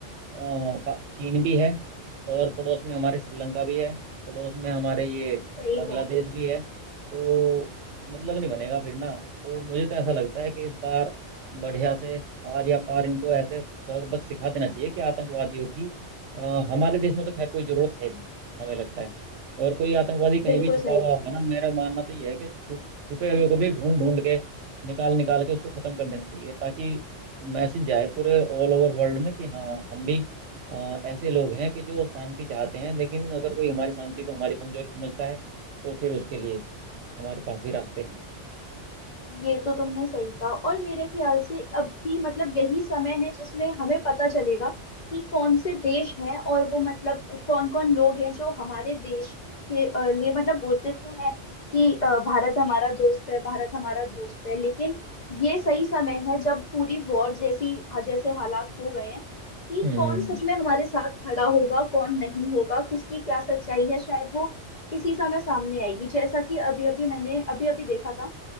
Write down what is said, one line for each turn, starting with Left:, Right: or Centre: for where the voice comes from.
Right: पा- चीन भी है और पड़ोस में हमारे श्रीलंका भी है पड़ोस में हमारे ये
Left: सही
Right: बांग्लादेश
Left: कहा
Right: भी है तो मतलब नहीं बनेगा फिर ना तो मुझे तो ऐसा लगता है कि इस बार बढ़िया से आर या पार इनको ऐसे सबक सिखा देना चाहिए कि आतंकवादियों की अ, हमारे देश में तो खैर कोई जरूरत है नहीं हमें लगता है और कोई आतंकवादी कहीं
Left: बिल्कुल
Right: भी छुपा
Left: सही
Right: हुआ होगा ना मेरा मानना तो यह है कि छुप छुपे हुए को भी ढूंढ ढूंढ के निकाल निकाल के उसको खत्म कर देना चाहिए ताकि मैसेज जाए पूरे ऑल ओवर वर्ल्ड में कि हाँ हम भी अ, ऐसे लोग हैं कि जो शांति चाहते हैं लेकिन अगर कोई हमारी शांति को हमारी कमजोरी समझता है तो फिर उसके लिए हमारे पास भी रास्ते हैं
Left: ये तो तुमने सही कहा और मेरे ख्याल से अब भी मतलब यही समय है जिसमें हमें पता चलेगा कि कौन से देश हैं और वो मतलब कौन कौन लोग हैं जो हमारे देश के अ, लिए मतलब बोलते तो हैं कि अ, भारत हमारा दोस्त है भारत हमारा दोस्त है लेकिन ये सही समय है जब पूरी वॉर जैसी हाँ, जैसे हालात हो गए हैं कि
Right: हम्म
Left: कौन सच में हमारे साथ खड़ा होगा कौन नहीं होगा किसकी क्या सच्चाई है शायद वो इसी समय सामने आएगी जैसा कि अभी अभी मैंने अभी अभी देखा था